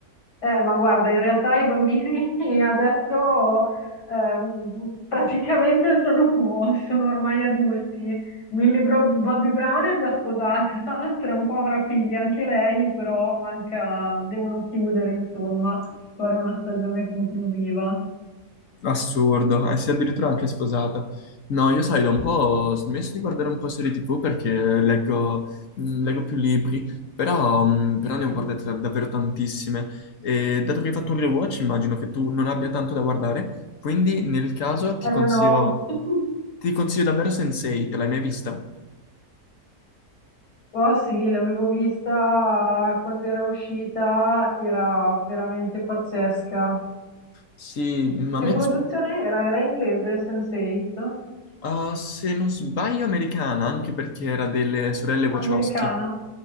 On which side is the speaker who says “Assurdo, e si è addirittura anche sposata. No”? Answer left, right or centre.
Left